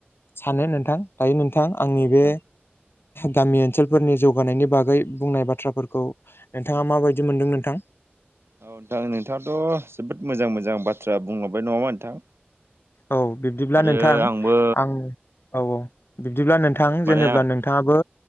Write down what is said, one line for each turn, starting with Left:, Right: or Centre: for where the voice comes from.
Left: सानो नोंथां दायो नों थां आंनि
Right: औ नोंथां
Left: बे गामि ओनसोलफोरनि जौगानायनि बागै बुंनाय बाथ्राफोरखौ नोंथाङा माबायदि मोनदों नोंथां?
Right: औ नोंथां नोंथाङाथ' जोबोद मोजां मोजां बाथ्रा बुंलांबाय नङाहोनबा नोंथां?
Left: औ बिब्दिब्ला
Right: आरो
Left: नोंथां
Right: आंबो
Left: आं औ औ बिदिब्ला नोंथां
Right: औ माने
Left: जेनेबा
Right: औ
Left: नोंथाङाबो